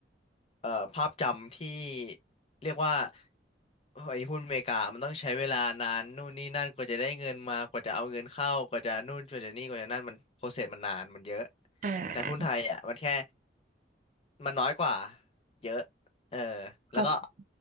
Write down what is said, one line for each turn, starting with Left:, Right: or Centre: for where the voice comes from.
Left: เอ่อภาพจำที่เรียกว่าเอ่อไอ้หุ้นอเมริกามันต้องใช้เวลานานนู่นนี่นั่นกว่าจะได้เงินมากว่าจะเอาเงินเข้ากว่าจะนู่นกว่าจะนี่กว่าจะนั่นมันโปรเซสมันนานมันเยอะ
Right: อ่า
Left: แต่หุ้นไทยอ่ะมันแค่มันน้อยกว่าเยอะเออ
Right: เข้า
Left: แล้วก็